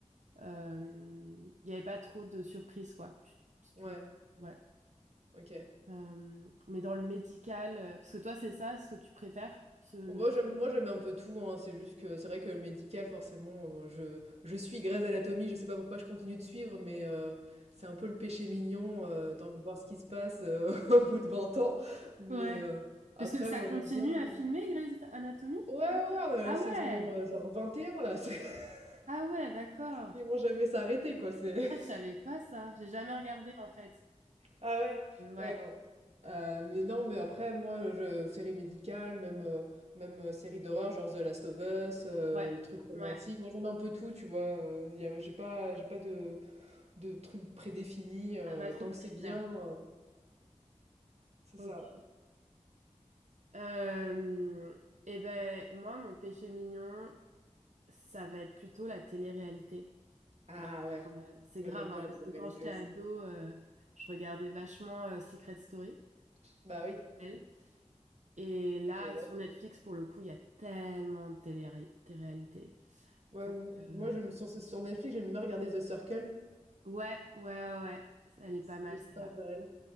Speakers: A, on the right (about 80°); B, on the right (about 60°).
A: euh, Il n'y avait pas trop de surprises, quoi. Tu, si
B: Ouais,
A: tu- ouais.
B: ok.
A: Euh, mais dans le médical, euh, parce que toi, c'est ça ce que tu préfères, ce, le
B: Bon, moi
A: genre.
B: j'aime moi Euh, j'aime un peu tout hein. C'est juste que c'est vrai que le médical forcément euh, je je suis Grey's Anatomy, je sais pas pourquoi je continue de suivre mais euh, c'est un peu le péché mignon euh, t'as envie de voir ce qui se passe euh, <laughs> au bout de 20 ans mais
A: Ouais.
B: euh, après
A: Parce que ça
B: moi
A: continue
B: j'aime bien euh,
A: à filmer Grey's Anatomy?
B: Ouais ouais, on est à
A: Ah
B: la saison
A: ouais!
B: euh, genre 21 là, c'est- <laughs>
A: Ah ouais, d'accord.
B: ils vont jamais s'arrêter quoi, c'est
A: Ah, je savais pas ça. J'ai jamais regardé en fait.
B: Ah ouais?
A: Euh, ouais,
B: Ouais, non. Heu, mais non, mais après, moi, je séries médicales, même, heu, même, heu, séries d'horreur, genre The Last of Us, heu,
A: ouais,
B: trucs romantiques.
A: ouais.
B: Moi, j'aime un peu tout, tu vois? Heu, il y a j'ai pas j'ai pas de de trucs prédéfinis, heu,
A: T'as pas trop
B: tant
A: de
B: que
A: critères.
B: c'est bien, heu c'est
A: Ok.
B: ça.
A: Euh, eh ben, moi, mon péché mignon, ça va être plutôt la télé-réalité.
B: Ah
A: Vraiment,
B: ouais,
A: euh, c'est
B: moi,
A: grave,
B: j'aime bien
A: hein,
B: la
A: parce
B: télé-réalité
A: que quand j'étais
B: aussi.
A: ado, euh, je regardais vachement euh, Secret Story.
B: Bah oui,
A: elle. Et là,
B: The Love.
A: sur Netflix, pour le coup, il y a tellement de télé- télé-réalité.
B: Moi,
A: Donc, euh,
B: moi, j'aime sur sur Netflix, j'aime bien regarder The Circle.
A: ouais, ouais, ouais, ouais. Elle est
B: C'était
A: pas mal, celle-là.
B: pas mal.